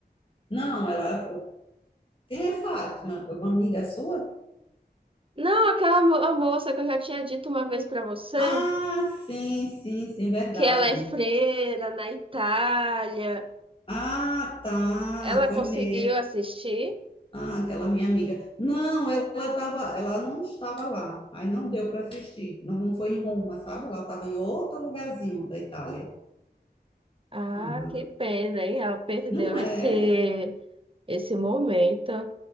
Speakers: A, on the left; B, on the right.
A: Não, ela. Quem é Fátima? Alguma amiga sua?
B: Não, aquela mo- a moça que eu já tinha dito uma vez pra você,
A: Ah, sim, sim, sim, verdade.
B: que ela é freira na Itália.
A: Ah, tá,
B: Ela
A: foi
B: conseguiu
A: mesmo.
B: assistir?
A: Ah, aquela minha amiga. Não, ela tava, ela não estava lá. Aí não deu para assistir. Não, não foi em Roma, sabe? Ela estava em outro lugarzinho da Itália.
B: Ah,
A: Ah,
B: que pena, hein? Ela perdeu
A: não é,
B: esse, esse momento.